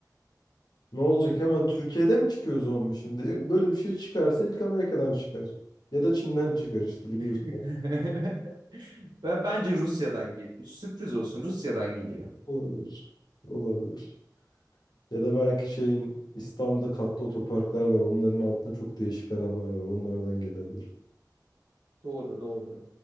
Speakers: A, on the left; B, on the right.
A: Ne olacak hemen Türkiye'de mi çıkıyor zombi şimdi? Böyle bir şey çıkarsa ilk Amerika'dan çıkar. Ya da Çin'den çıkar işte biliyorsun.
B: <laughs> Ben bence Rusya'dan geliyor. Sürpriz olsun Rusya'dan geliyor.
A: Olabilir. Olabilir. Ya da belki şeyin İstanbul'da katlı otoparklar var. Onların altında çok değişik adamlar var. Onlardan gelebilir.
B: Doğru doğru.